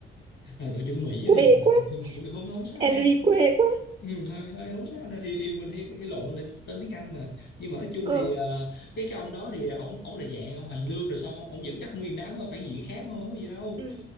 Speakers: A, on the left; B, on the right.
A: à, đội trưởng Mỹ á
B: quê
A: thì
B: quá
A: <laughs> cũng được không không sao
B: Henry
A: nè
B: quê quá
A: ừ, hơi hơi không sao nè thì thì mình hay, hay lộn là tên tiếng Anh mà nhưng mà nói chung
B: ờ
A: thì ờ, cái cái ông đó thì ổng ổng là dạng ông Hoàng Lương rồi xong ông, ông dẫn dắt nguyên đám ờ, phản diện khác thôi không có gì đâu
B: ừ